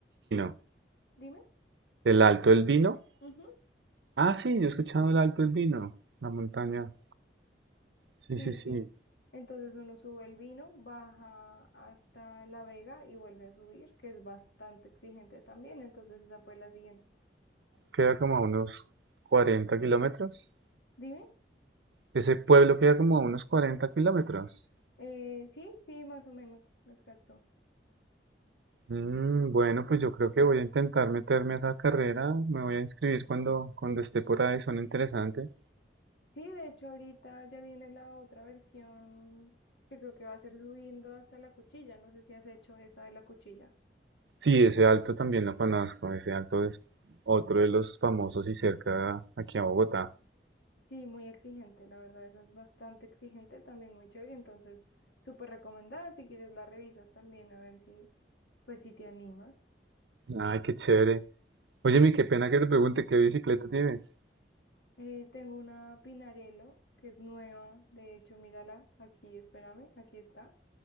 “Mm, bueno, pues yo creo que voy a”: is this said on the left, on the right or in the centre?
Right